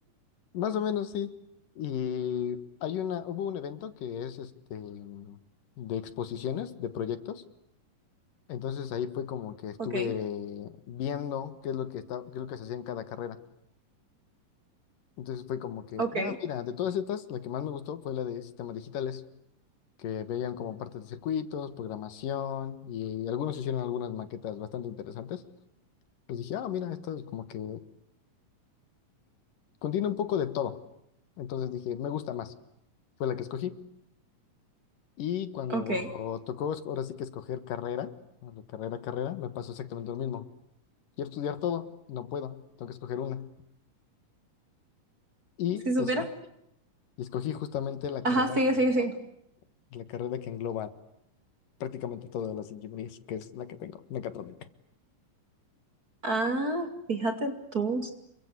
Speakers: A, on the left (about 75°); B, on the right (about 30°).
A: Más o menos, sí. Y hay una, hubo un evento que es este mm, de exposiciones, de proyectos. Entonces ahí fue como que estuve
B: Ok,
A: viendo qué es lo que está, qué es lo que se hacía en cada carrera. Entonces fue como que,
B: ok,
A: ah, mira, de todas estas, la que más me gustó fue la de sistemas digitales, que veían como parte de circuitos, programación, y algunos hicieron algunas maquetas bastante interesantes. Pues dije, ah, mira, esto es como que contiene un poco de todo. Entonces dije, me gusta más. fue la que escogí. Y cuando
B: ok.
A: tocó es- ahora sí que escoger carrera, bueno, carrera, carrera, me pasó exactamente lo mismo. Quiero estudiar todo, no puedo, tengo que escoger una. Y,
B: Si supieras.
A: esco- y escogí justamente la
B: Ajá,
A: carrera
B: sigue,
A: que,
B: sigue, sigue.
A: la carrera que engloba prácticamente todas las ingenierías, que es la que tengo, mecatrónica.
B: Ah, fíjate tú.